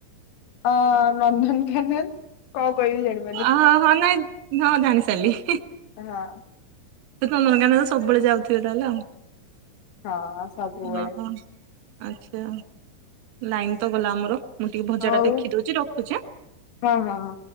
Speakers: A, on the left; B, on the right.
A: ଅ ନନ୍ଦନକାନନ କଣ କହିବି ଜାଣିପା
B: ଅହ ହଁ ନାଇଁ ହଁ ଜାଣି ସାରିଲି।
A: ହଁ।
B: <unintelligible> ନନ୍ଦନକାନ ତ ସବୁବେଳେ ଯାଉଥିବେ ତାହଲେ ଆଉ
A: ହଁ ସବୁବେଳେ
B: ହଁ। ଆଚ୍ଛା ଲାଇନ୍ ତ ଗଲା ଆମର ମୁଁ ଟିକେ ଭଜା
A: ହଉ
B: ଟା ଦେଖିଦଉଛି ରଖୁଛି ଆଁ।
A: ହଁ - ହଁ- ହଁ।